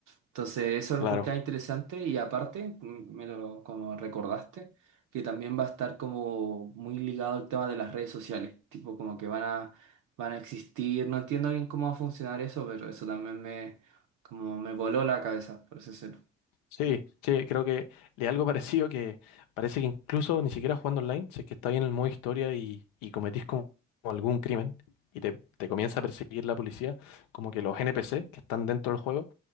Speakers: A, on the right; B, on the left.
A: Entonces, eso lo
B: claro.
A: encontraba interesante y aparte, mm, me lo como recordaste, que también va a estar como muy ligado al tema de las redes sociales, tipo como que van a, van a existir, no entiendo bien cómo va a funcionar eso, pero eso también me, como me voló la cabeza, por ese cero.
B: Sí, sí, creo que le algo <laughs> parecido que parece que incluso ni siquiera jugando online, si es que está bien en el modo historia y, y cometís como como algún crimen y te, te comienza a perseguir la policía, como que los NPC que están dentro del juego